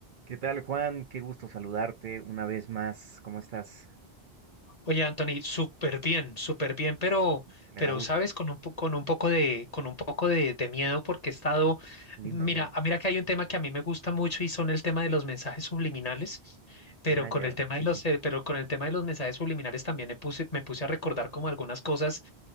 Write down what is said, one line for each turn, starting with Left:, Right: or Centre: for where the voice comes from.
Right: ¿Qué tal, Juan? Qué gusto saludarte una vez más. ¿Cómo estás?
Left: Oye, Anthony, súper bien, súper bien, pero,
Right: Me
Left: pero
Right: da gusto.
Left: sabes, con un, po- con un poco de, con un poco de, de miedo porque he estado,
Right: Dime,
Left: mira,
Right: dime.
Left: ah, mira que hay un tema que a mí me gusta mucho y son el tema de los mensajes subliminales, pero
Right: Ah,
Left: con
Right: ya,
Left: el tema
Right: sí,
Left: de los,
Right: sí.
Left: eh, pero con el tema de los mensajes subliminales también me puse, me puse a recordar como algunas cosas,